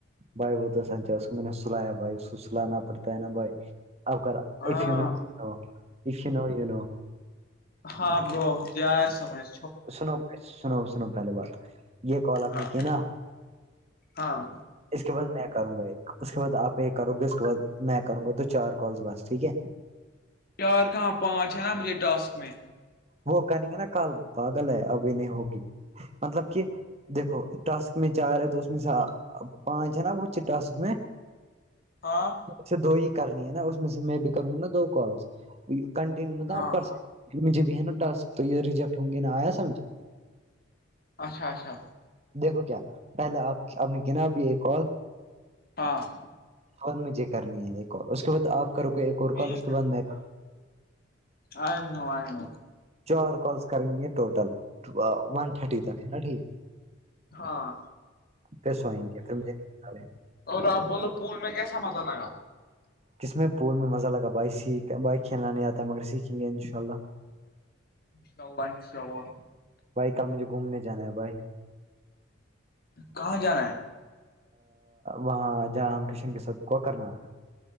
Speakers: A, on the right; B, on the left.
A: بھائی وہ تو سنچ اس میں نے سلایا بھائی اس کو سلانا پڑتا ہے نا بھائی اب
B: ہاں
A: اف یو نوو افیو نو و نو
B: ہاں برو ج سمج
A: سنو سنو سنو پہلیے بات یہ کال آپ
B: ہاں
A: نے کی نا
B: ہاں
A: اس کے بعد میں کروں گا ایک اس کے بعد آپ ایک کرو گے اس کے بعد میں کروں گا تو چار کالس بس ٹھیک ہے
B: چار کہاں پانچ ہے نا مجھے ٹاسک میں
A: وہ کہیں گے نا کال پاگل ہے ابھی نہیں ہوگی مطلب کہ دیکھو ٹاسک میں چار ہے تو اس میں پانچ ہے نا وہ ٹاسک میں <unintelligible>
B: ہاں <unintelligible>
A: سے دو ہی کرنی ہے نا اس میں سے میں بھی کروں گا نا دو کال کنٹینیو مطلب
B: ہاں
A: آپ کر سک
B: ہاں
A: مجھے بھی ہے نا ٹاسک تو یہ ریجیکٹ ہوں گے نہ آیا سمجھ
B: اچھا اچھا
A: دیکھو کیا پہلے آپ آپ نے گنا اب ایک کال
B: ہاں <unintelligible>
A: فال مجھے کرنی ہے ایک کال اس کے بعد آپ کرو گے ایک
B: ٹھیک
A: اور کال اس کے بعد میں
B: آئ ن آئ ن
A: چ کالس کریں گے ٹوٹل ون تھرٹی تک ہے نا ٹھیک
B: ہاں
A: پھر سوئیں گے پھر مجھے نیند آ رہی ہے۔
B: اور آپ بولو پول میں کیسا مزہ لگا
A: کس میں پول میں مزہ لگا بائک سیکھ بائک کھیلانے آتا ہے مگر سیکھیں گے ان شاء اللہ
B: سوا سوا
A: بھائی کل مجھے گھومنے جانا ہے بھائی
B: کہاں جانا ہے
A: وہاں ج رام کرشن کے ساتھ کوکر ناگ